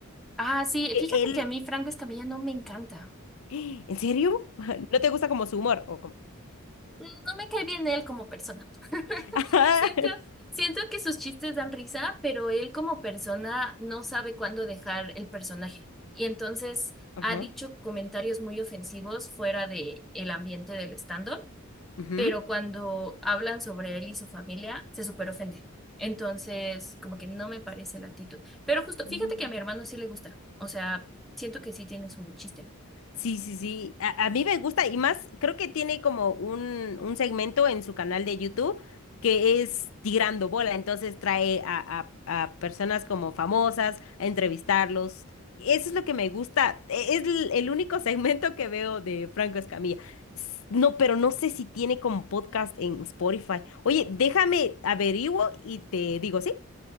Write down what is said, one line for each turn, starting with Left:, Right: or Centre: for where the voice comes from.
Centre: Ah, sí,
Left: Que
Centre: fíjate
Left: él,
Centre: que a mí Franco Escamilla no me encanta.
Left: ¿en serio? <laughs> ¿No te gusta como su humor? O cómo?
Centre: No me cae bien él como persona. <laughs>
Left: <laughs> Ajá.
Centre: Siento, siento que sus chistes dan risa, pero él como persona no sabe cuándo dejar el personaje. Y entonces
Left: Ajá.
Centre: ha dicho comentarios muy ofensivos fuera de el ambiente del stand-up,
Left: ujú.
Centre: pero cuando hablan sobre él y su familia, se súper ofende. Entonces, como que no me parece la actitud. Pero justo,
Left: Mm.
Centre: fíjate que a mi hermano sí le gusta. O sea, siento que sí tiene su chiste.
Left: Sí, sí, sí. A, a mí me gusta y más, creo que tiene como un, un segmento en su canal de YouTube que es Tirando Bola. Entonces trae a, a, a personas como famosas a entrevistarlos. Eso es lo que me gusta. E- Es l- el único <laughs> segmento que veo de Franco Escamilla. S- No, pero no sé si tiene como podcast en Spotify. Oye, déjame averiguo y te digo, ¿sí?